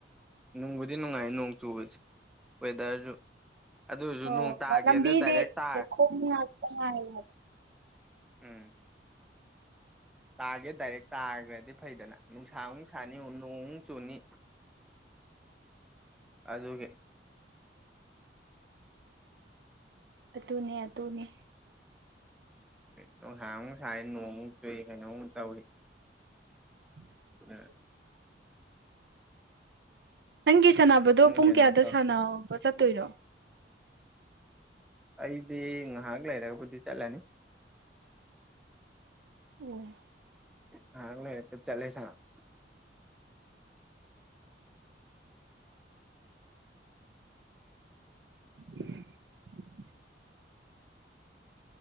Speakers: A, in the centre; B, on the right.
A: ꯅꯨꯡꯕꯨꯗꯤ ꯅꯨꯡꯉꯥꯏ ꯅꯣꯡ ꯆꯨꯕꯁꯦ ꯋꯦꯗꯔꯁꯨ ꯑꯗꯨꯏꯁꯨ
B: ꯑꯣ
A: ꯅꯣꯡ ꯇꯥꯒꯦꯗ
B: ꯂꯝꯕꯤꯗꯤ
A: ꯗꯥꯏꯔꯦꯛ ꯇꯥꯔ
B: ꯂꯩꯈꯣꯝ <unintelligible>
A: ꯎꯝ ꯇꯥꯒꯦ ꯗꯥꯏꯔꯦꯛ ꯇꯥꯈ꯭ꯔꯗꯤ ꯐꯩꯗꯅ ꯅꯨꯡꯁꯥꯃꯨꯛ ꯁꯥꯅꯤ ꯅꯣꯡꯃꯨꯛ ꯆꯨꯅꯤ ꯑꯗꯨꯒꯤ
B: ꯑꯗꯨꯅꯦ ꯑꯗꯨꯅꯦ
A: ꯅꯨꯡꯁꯥ ꯑꯃꯨꯛ ꯁꯥꯏ ꯅꯣꯡ ꯑꯃꯨꯛ ꯆꯨꯏ ꯀꯩꯅꯣ ꯑꯃꯨꯛ ꯇꯧꯋꯤ
B: <inaudible>
A: ꯑ
B: ꯅꯪꯒꯤ ꯁꯥꯟꯅꯕꯗꯣ ꯄꯨꯡ
A: ꯀꯩꯅꯣꯝ
B: ꯀꯌꯥꯗ
A: ꯇꯧ
B: ꯁꯥꯟꯅꯕ ꯆꯠꯇꯣꯏꯅꯣ
A: ꯑꯩꯗꯤ ꯉꯥꯏꯍꯥꯛ ꯂꯩꯔꯕꯨꯗꯤ ꯆꯠꯂꯅꯤ
B: ꯎꯝ
A: ꯉꯍꯥꯛ ꯂꯩꯔꯒ ꯆꯠꯂꯦ ꯁꯅꯥꯞ <inaudible>
B: <inaudible>